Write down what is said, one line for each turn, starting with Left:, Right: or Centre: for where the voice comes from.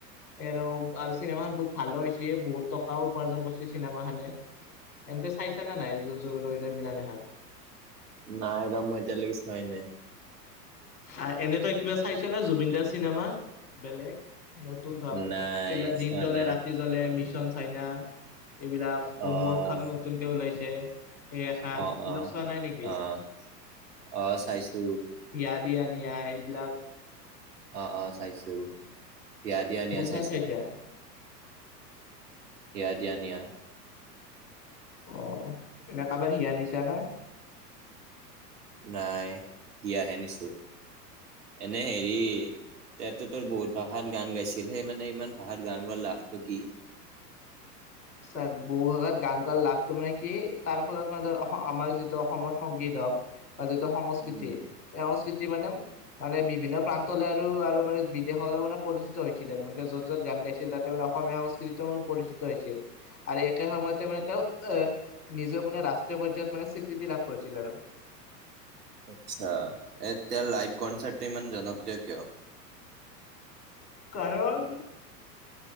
Left: এৰৱ আৰু চিনেমা খন বহুত ভালো হৈছে বহুত টকাও উপাৰ্জন কৰছি চিনেমা খানে এন্তে চাইছা না নাই ৰৈ ৰৈ বিনালে খান
Right: নাই ৰ মই এতিয়া লৈকে চোৱাই নাই।
Left: আৰ এনে তই কিবা চাইছ নে জুবিন দাৰ চিনেমা বেলেগ নতুন ধক
Right: নাই
Left: এইবিলাক দিন
Right: চোৱা
Left: জলে
Right: নাই
Left: ৰাতি ৰাতি জলে মিছন চাইনা এইবিলাক হোমৱৰ্কখনো
Right: অ',
Left: নতুনকে ওলাইছে। এই এখান
Right: অ',
Left: এইবিলাক
Right: অ'।
Left: চোৱা নাই নেকি?
Right: অ', অ চাইছো।
Left: হিয়া দিয়া নিয়া এইবিলাক
Right: অ অ চাইছো হিয়া দিয়া নিয়া
Left: কোনখন
Right: চাইছো।
Left: চাইছা?
Right: হিয়া দিয়া নিয়া
Left: অঁ' এনেই কাবাৰ হিয়া নিচা না?
Right: নাই দিয়াহে নিছো, এনেই হেৰি তেওঁটো তোৰ বহুত ভাষাত গান গাইছিল। সেই মানে ইমান ভাষাত গান গোৱাৰ লাভটো কি।
Left: চা বহু ভাষাত গান গোৱাৰ লাভটো মানে কি তাৰ ফলত মানে ধৰ অস-আমাৰ যিটো অসমৰ সংগীত হওক- বা যিটো সংস্কৃতি
Right: উম।
Left: সেই সংস্কৃতি মানে মানে বিভিন্ন প্ৰান্তলৈ আৰু আৰু মানে- বিদেশলৈ মানে পৰিচিত হৈছিলে আৰু মানে তেওঁ য'ত য'ত গান গাইছিল তাতে মানে অসমীয়া সংস্কৃতিও মানে পৰিচিত হৈছিল। আৰু একে সময়তে মানে তেওঁ অহ' নিজৰ মানে ৰাষ্ট্ৰীয় পৰ্যায়ত মানে স্বীকৃতি লাভ কৰিছিল আৰু।
Right: আচ্ছা' এ তেওঁৰ লাইভ কনচাৰ্টটো ইমান জনপ্ৰিয় কিয়?
Left: কাৰণ